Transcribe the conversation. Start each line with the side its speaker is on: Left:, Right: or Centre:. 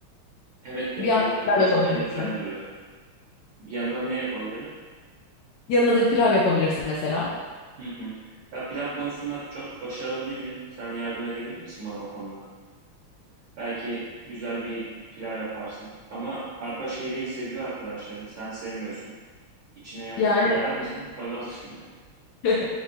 Right: Evet deneyebilirim.
Left: Bir yandan pilav
Right: Gerçekten
Left: yapabilirsin.
Right: güzel duruyor. Yanına ne yapabilirim?
Left: Yanına da pilav yapabilirsin mesela.
Right: Hı hı. Ya pilav konusunda çok başarılı değilim. Sen yardım edebilir misin bana o konuda? Belki güzel bir pilav yaparsın. Ama arpa şehriye seviyor arkadaşlarım. Sen sevmiyorsun. İçine yap
Left: Yani
Right: koyar mısın? Koymaz mısın?
Left: <laughs>